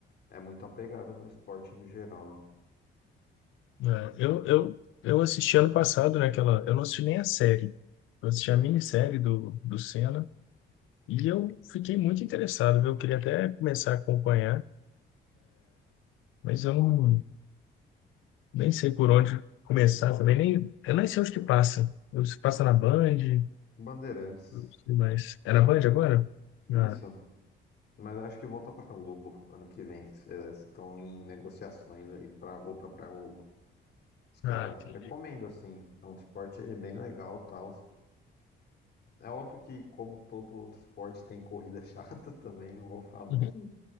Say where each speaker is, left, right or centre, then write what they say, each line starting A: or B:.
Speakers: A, on the left (about 55°); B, on the left (about 85°).
A: é muito apegado no esporte no geral, né?
B: É, eu, eu, eu assisti ano passado, né? Aquela, eu não assisti nem a série. Eu assisti a minissérie do, do Senna e eu fiquei muito interessado, viu? Eu queria até começar a acompanhar, mas eu não, nem sei por onde começar também, nem, eu nem sei onde que passa. Eu, se passa na Band,
A: Bandeirantes,
B: não sei mais. Era Band agora? Ah,
A: isso, mas acho que volta pra Globo ano que vem, se eles estão em negociações aí pra voltar pra Globo. Mas, cara,
B: ah, entendi.
A: recomendo, assim, é um esporte bem legal e tal. É óbvio que, como todo outro esporte, tem corrida chata <laughs> também, não vou falar
B: Uhum.
A: que